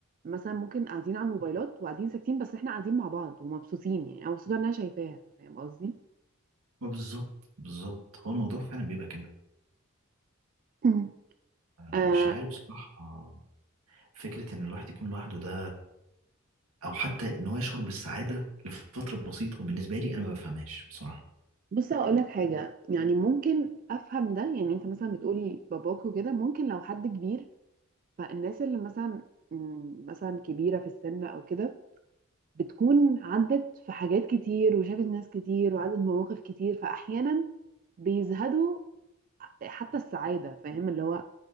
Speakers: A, on the right; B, on the right.
A: مثلا ممكن قاعدين على الموبايلات وقاعدين ساكتين بس احنا قاعدين مع بعض ومبسوطين يعني انا مبسوطه ان انا شايفاها فاهم قصدي؟
B: ما بالظبط بالظبط هو الموضوع فعلا بيبقى كده
A: مم.
B: مش
A: آه،
B: عارف بصراحه فكره ان الواحد يكون لوحده ده او حتى ان هو يشعر بالسعاده لفتره بسيطه بالنسبه لي انا ما بفهمهاش بصراحه
A: بص هقول لك حاجة يعني ممكن أفهم ده يعني أنت مثلا بتقول باباك وكده ممكن لو حد كبير فالناس اللي مثلا مم، مثلا كبيرة في السن أو كده بتكون عدت في حاجات كتير وشافت ناس كتير وعدت مواقف كتير فأحيانا بيزهدوا حتى السعادة فاهم اللي هو